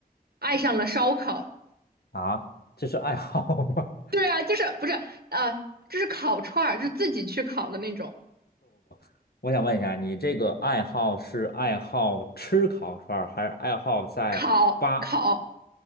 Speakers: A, on the right; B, on the left.
A: 爱上了烧烤。
B: 啊，这是爱好吗？
A: 对啊，就是不是啊，就是烤串儿，就是自己去烤的那种
B: <laughs> 我想问一下，你这个爱好是爱好吃烤串儿，还是爱好在巴
A: 烤烤。